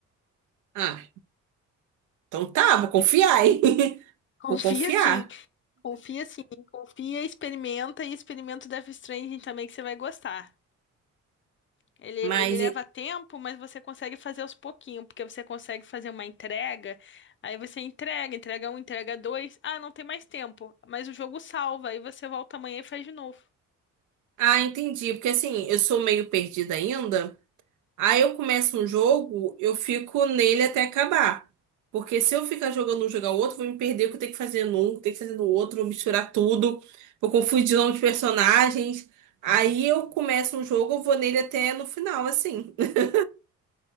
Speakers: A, on the right (about 75°); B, on the left (about 40°).
A: Ah, então tá, vou confiar, hein? <laughs>
B: Confia
A: Vou confiar.
B: sim, confia sim, confia, experimenta e experimenta o Death Stranding também que você vai gostar. Ele, ele
A: Mas,
B: leva
A: e-
B: tempo, mas você consegue fazer aos pouquinhos, porque você consegue fazer uma entrega, aí você entrega, entrega um, entrega dois. Ah, não tem mais tempo, mas o jogo salva, aí você volta amanhã e faz de novo.
A: ah, entendi. Porque assim, eu sou meio perdida ainda. Aí eu começo um jogo, eu fico nele até acabar. Porque se eu ficar jogando um, jogar o outro, vou me perder o que eu tenho que fazer num, o que eu tenho que fazer no outro, vou misturar tudo, vou confundir o nome de personagens. Aí eu começo um jogo, eu vou nele até no final, assim. <laughs>